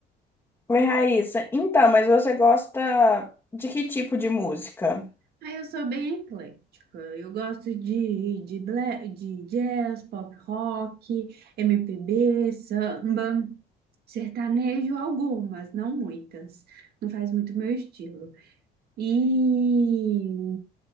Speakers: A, on the left (about 15°); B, on the right (about 70°).
A: Oi, Raíssa. Então, mas você gosta de que tipo de música?
B: Aí eu sou bem eclética, eu gosto de, de, bla- de jazz, pop rock, MPB, samba, sertanejo, algumas, não muitas, não faz muito meu estilo. E